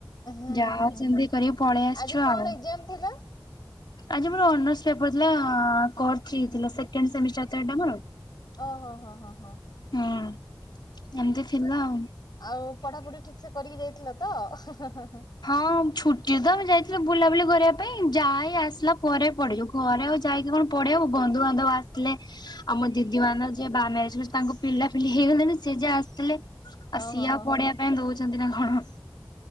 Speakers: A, on the left; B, on the left.
A: ହୁଁ
B: ଯା
A: ହୁଁ
B: ହଉ
A: ହୁଁ
B: ସେମିତି ଇଏ କରିକି ପଳେଇ ଆସିଚୁ
A: ଆଜି କଣ
B: ଆଉ।
A: ଏକ୍ଜାମ ଥିଲା
B: ଆଜି ମୋର ଅନର୍ସ ପେପର ଥିଲା। କୋର୍ ଥ୍ରି ଥିଲା ସେକେଣ୍ଡ ସେମିଷ୍ଟଟାର ତ ଏଟା ମୋର।
A: ଓଃ ହୋ ହଁ ହଁ ହଁ।
B: ହୁଁ ଏମିତି ଥିଲା ଆଉ।
A: ଆଉ ପଢାପଢି ଠିକ ସେ କରିକି ଯାଇଥିଲ ତ?
B: ହଁ, ଛୁଟିରେ ତ ଆମେ ଯାଇଥିଲୁ ବୁଲାବୁଲି କରିବା ପାଇଁ। ଯାହା ଏଇ ଆସିଲା ପରେ ପଢ଼ିଲୁ। ଘରେ ଆଉ ଯାଇକି କଣ ଆଉ ପଢ଼ିହବ। ବନ୍ଧୁବାନ୍ଧବ ଆସିଥିଲେ ଆଉ ମୋ ଦିଦି ମାନେ ଯିଏ ବାହା ମ୍ୟାରେଜ କରି ତାଙ୍କ ପିଲାପିଲି ହେଇଗଲେଣି ସେ ଯିଏ ଆସିଥିଲେ। ଆଉ
A: ଓହୋ
B: ସିଏ
A: ହୋ
B: ଆଉ ପଡେଇିବା ପାଇଁ ଦଉଛନ୍ତି ନା କଣ।